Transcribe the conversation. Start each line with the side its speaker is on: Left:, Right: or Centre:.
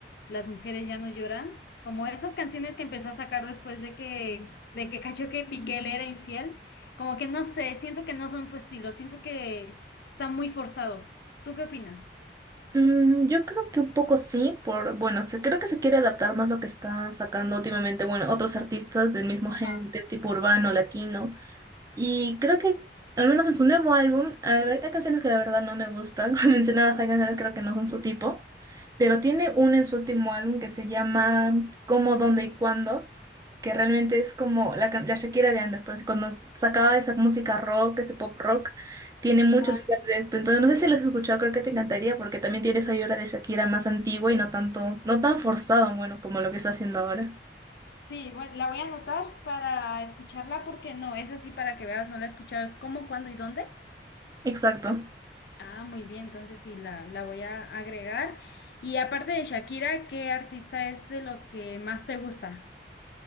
Left: Las mujeres ya no lloran, como esas canciones que empezó a sacar después de que de que cachó que Piqué le era infiel, como que no sé, siento que no son su estilo, siento que está muy forzado. ¿Tú qué opinas?
Right: Mm, yo creo que un poco sí, por, bueno, se, creo que se quiere adaptar más lo que están sacando últimamente, bueno, otros artistas del mismo género,
Left: Ajá,
Right: que es tipo urbano, latino. Y creo que, al menos en su nuevo álbum, a ver, hay canciones que la verdad no me gustan. <laughs> Como mencionabas, hay canciones que creo que no son su tipo. Pero tiene una en su último álbum que se llama Cómo, Dónde y Cuándo, que realmente es como la, can- la Shakira de antes. Porque cuando sacaba esa música rock, ese pop rock, tiene
Left: ajá.
Right: muchos vibras de esto. Entonces, no sé si lo has escuchado, creo que te encantaría porque también tiene esa vibra de Shakira más antigua y no tanto, no tan forzado, bueno, como lo que está haciendo ahora.
Left: Sí, bueno, la voy a anotar para escucharla porque no, es así para que veas, no la he escuchado, es cómo, cuándo y dónde.
Right: Exacto.
Left: Ah, muy bien, entonces sí, la, la voy a agregar. Y aparte de Shakira, ¿qué artista es de los que más te gusta?